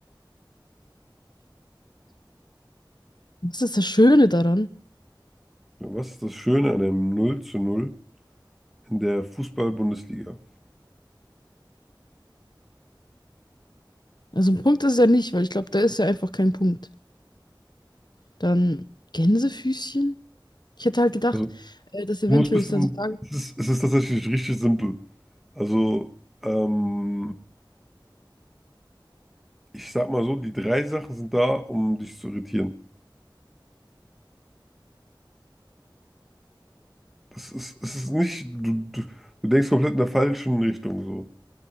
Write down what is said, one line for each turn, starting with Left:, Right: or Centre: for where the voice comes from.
Left: Das ist das Schöne daran.
Centre: Ja, Was ist das Schöne an einem null zu null in der Fußball-Bundesliga?
Left: Also, ein Punkt ist es ja nicht, weil ich glaube, da ist ja einfach kein Punkt. Dann Gänsefüßchen? Ich hätte halt gedacht,
Centre: Also
Left: äh, dass eventuell
Centre: du musst bisschen,
Left: es dann so sagen.
Centre: es ist, es ist tatsächlich richtig simpel. Also ähm, ich sag mal so, die drei Sachen sind da, um dich zu irritieren. Das ist, es ist nicht, du, du, du denkst komplett in der falschen Richtung so.